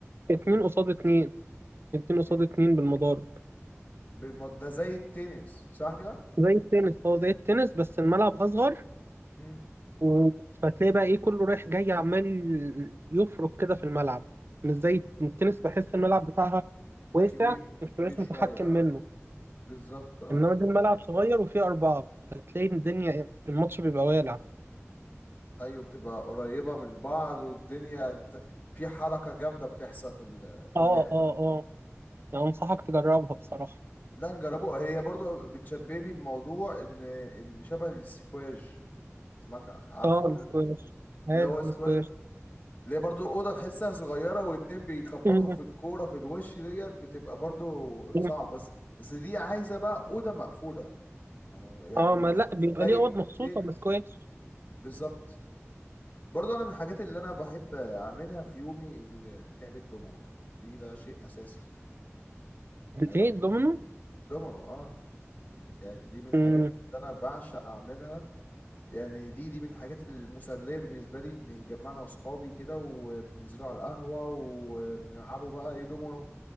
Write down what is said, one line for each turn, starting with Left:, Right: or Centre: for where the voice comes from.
Right: اتنين قصاد اتنين اتنين قصاد
Left: إيه؟
Right: اتنين بالمضارب
Left: بالم... ده زي التنس صح كده
Right: زي التنس هو زي التنس بس الملعب أصغر
Left: امم
Right: و... فتلاقي بقى ايه كله رايح جاي عمال يفرك كده في الملعب مش زي التنس بحس الملعب بتاعها واسع
Left: كبير وكبير
Right: مش بتبقاش
Left: شوية
Right: متحكم
Left: اه
Right: منه
Left: بالظبط اه
Right: انما دي الملعب صغير وفيه أربعة فتلاقي الدنيا إيه، الماتش بيبقى والع
Left: ايوه بتبقى قريبة من بعض والدنيا انت في حركة جامدة بتحصل في ال- في
Right: اه
Left: اللعب
Right: اه اه يعني انصحك تجربها بصراحة
Left: لا نجربوها هي برضو بتشبهني بموضوع ان اللي شبه الاسكواج سمعت عارفه
Right: اه السكواش عارف
Left: اللي هو سكواش
Right: السكواش
Left: اللي هي برضو اوضه تحسها صغيره واتنين بيخبطوا
Right: <laughs> مم.
Left: في الكوره في الوش ديت بتبقى برضو
Right: مم.
Left: صعب بس بس دي عايزه بقى اوضه مقفوله يعني يعني
Right: اه
Left: مش
Right: ما لا
Left: مش
Right: بيبقى
Left: زي
Right: ليه اوض مخصوصه
Left: التنس
Right: للسكواش
Left: بالظبط برضو انا من الحاجات اللي انا بحب اعملها في يومي ال- لعبه دومينو دي ده شيء اساسي
Right: الايه
Left: يعني بحب
Right: الدومينو
Left: الدومينو اه يعني دي من الحاجات
Right: مم.
Left: اللي انا بعشق اعملها يعني دي دي من الحاجات المسلية بالنسبة لي بنتجمعنا وأصحابي كده وبننزلوا على القهوة وبنلعبوا بقى إيه دومينو